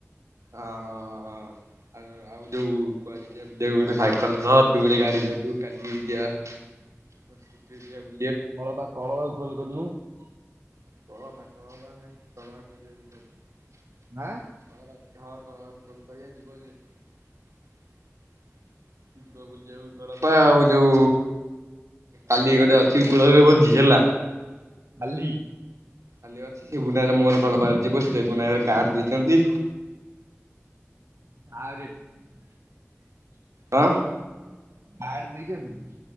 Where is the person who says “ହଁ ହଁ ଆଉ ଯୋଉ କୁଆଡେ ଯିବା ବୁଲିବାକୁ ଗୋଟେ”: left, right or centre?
Right